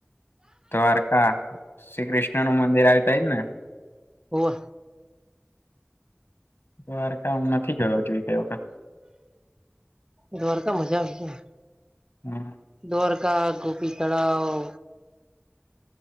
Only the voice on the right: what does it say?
હોવા
એ વારકા મજા આવશે
દ્વારકા ગોપી તળાવ